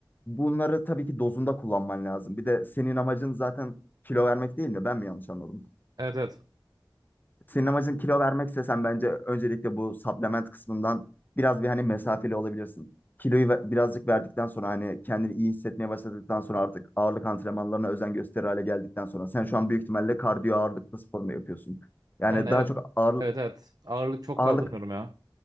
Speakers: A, on the left (about 25°); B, on the right (about 55°).
A: bunları tabii ki dozunda kullanman lazım. Bir de senin amacın zaten kilo vermek değil mi? Ben mi yanlış anladım?
B: Evet evet.
A: Senin amacın kilo vermekse sen bence öncelikle bu supplement kısmından biraz bir hani mesafeli olabilirsin. Kiloyu ve- birazcık verdikten sonra hani kendini iyi hissetmeye başladıktan sonra artık ağırlık antrenmanlarına özen gösterir hale geldikten sonra sen şu an büyük ihtimalle kardiyo ağırlıklı spor mu yapıyorsun? Yani
B: Yani e-
A: daha çok ağır,
B: evet evet. Ağırlık çok
A: ağırlık
B: kaldırmıyorum ya.